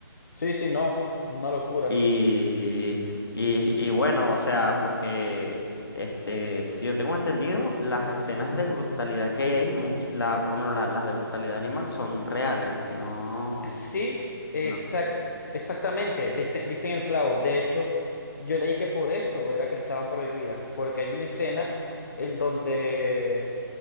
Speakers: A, on the left; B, on the left.
A: Sí, sí, no, una locura.
B: y, y, y bueno, o sea, porque este, si yo tengo entendido, las escenas de brutalidad que hay ahí, much- la, por lo menos la- las de brutalidad animal, son reales, si no,
A: Sí, exact,
B: si no-
A: exactamente, diste, diste en el clavo. De hecho, yo leí que por eso era que estaban prohibidas, porque hay una escena en donde,